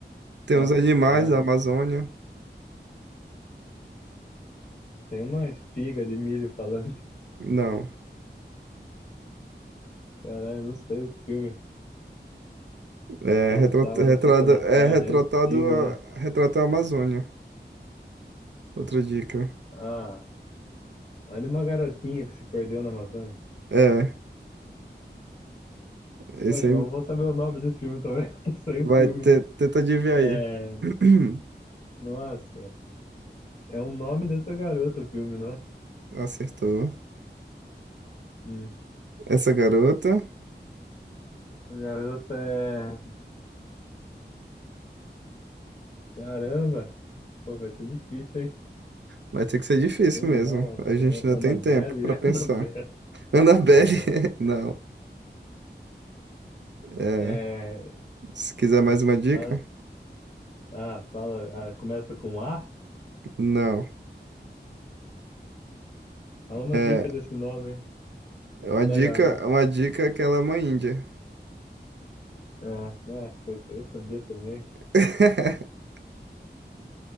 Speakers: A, on the right; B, on the left.
A: Tem
B: Ah,
A: os animais
B: não é?
A: da Amazônia.
B: Tem uma espiga de milho falando. <laughs>
A: Não.
B: Caralho, eu não sei o filme.
A: É,
B: Passava
A: retrata, retrada-
B: na Sessão da
A: é
B: Tarde,
A: retratado
B: é antigo,
A: a,
B: né?
A: retrata a Amazônia. Outra dica.
B: Ah, é de uma garotinha que se perdeu na Amazônia.
A: É. Esse
B: Poxa,
A: aí
B: mas eu vou saber o nome desse filme também. <laughs> Eu Não sei o
A: vai
B: filme.
A: te- tenta adivinhar
B: É.
A: aí. <clears throat>
B: Nossa, é o nome dessa garota o filme, não é?
A: Acertou.
B: Hum.
A: Essa garota.
B: Essa garota é. Caramba! Pô, vai ser difícil, hein?
A: Vai ter que ser difícil
B: Sei
A: mesmo.
B: não, A-
A: A gente ainda
B: A- Annabelle,
A: tem tempo pra pensar.
B: <laughs> Annabelle.
A: Annabelle,
B: É,
A: <laughs> não. É,
B: é,
A: se quiser mais uma dica,
B: as- ah, fala, ah, começa com A?
A: não.
B: Fala uma
A: É,
B: dica desse nome, hein?
A: uma
B: Da
A: dica,
B: garota.
A: uma dica é que ela é uma índia.
B: Ah, né? Pois eu sabia também.
A: <laughs>